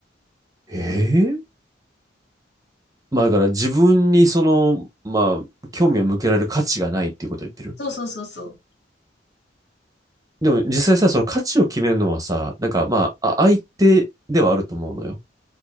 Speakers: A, on the right; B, on the left.
A: ええーまあだから自分にその、まあ、興味を向けられる価値がないっていうことを言ってる。
B: そうそうそうそう。
A: でも実際さ、その価値を決めるのはさ、なんかまあ、あ相手ではあると思うのよ。